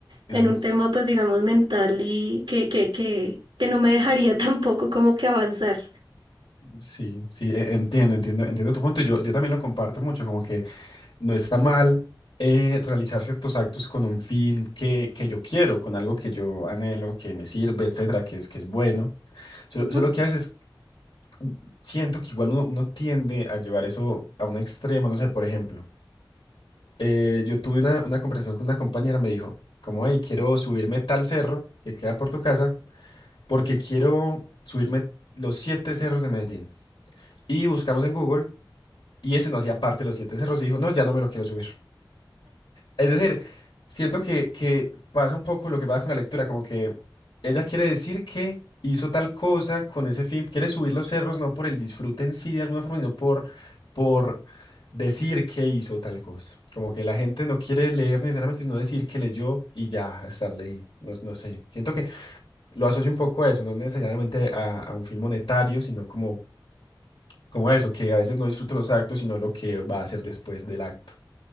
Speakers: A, on the left; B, on the right.
A: Entiendo.
B: en un tema, pues digamos, mental y que, que, que, que no me dejaría <laughs> tampoco como que avanzar.
A: Sí, sí, e- entiendo, entiendo, entiendo tu punto. Yo, yo también lo comparto mucho, como que no está mal eh, realizar ciertos actos con un fin que, que yo quiero, con algo que yo anhelo, que me sirve, etcétera, que es, que es bueno. Solo,
B: Ujú.
A: solo que a veces mm, siento que igual uno, uno tiende a llevar eso a un extremo, no sé, por ejemplo, eh, yo tuve una, una conversación con una compañera, me dijo, como, hey, quiero subirme tal cerro que queda por tu casa. porque quiero subirme los siete cerros de Medellín. Y buscamos en Google y ese no hacía parte de los siete cerros y dijo, no, ya no me lo quiero subir. Es decir, siento que, que pasa un poco lo que pasa con la lectura, como que ella quiere decir que hizo tal cosa con ese fin, quiere subir los cerros no por el disfrute en sí de alguna forma, sino por, por decir que hizo tal cosa. Como que la gente no quiere leer necesariamente, sino decir que leyó y ya estar leyendo. No, no sé. Siento que lo asocio un poco a eso, no necesariamente a, a un fin monetario, sino como, como a eso, que a veces no disfruto los actos, sino lo que va a hacer después del acto.